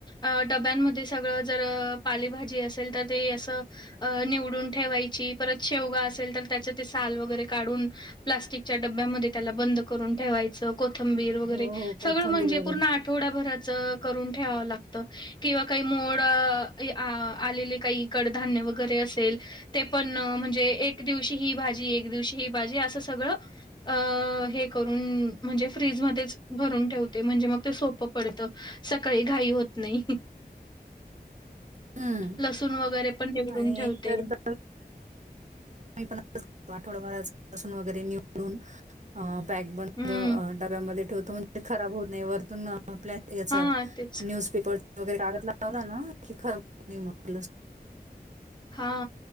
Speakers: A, on the left; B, on the right.
A: अ डब्यांमध्ये सगळं जर पालेभाजी असेल तर ते असं अ निवडून ठेवायची परत शेवगा असेल तर त्याच्यात साल वगैरे काढून प्लास्टिकच्या डबब्यामध्ये त्याला बंद करून ठेवायच कोथंबीर वगैरे
B: हो, हो. कोथंबीर
A: सगळ म्हणजे
B: वगैरे.
A: प थोड्याभराच करून ठेवावं लागत किंवा काही मोड आलेले काही धान्य वगैरे असेल ते पण म्हणजे एक दिवशी ह एक दिवशी ही भाजी असं सगळं अ हे करून म्हणजे फ्रीज मध्येच भरून ठेवते म्हणजे मग ते सोपं पड सकाळी घाई होत नाही
B: <inaudible> हं.
A: लसण वगैरे पण निवडून
B: आणि
A: ठेवते.
B: एक तर द पण आठवडाभराचसून वगैरे निवडून अ पॅक बंद
A: हं.
B: डब्यामध्ये ठेवतो म्हणे खराब होणे वरतून आपल्या याच
A: हां, तेच.
B: न्यूजपेपर वगैरे कागद लागवला ना क खरब
A: हा